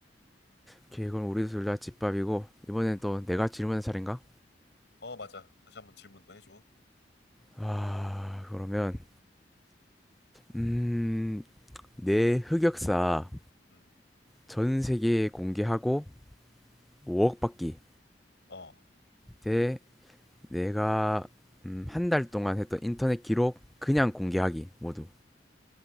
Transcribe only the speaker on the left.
그
음.
어, 맞아. 다시 한번 질문 더 해줘.
음.
어,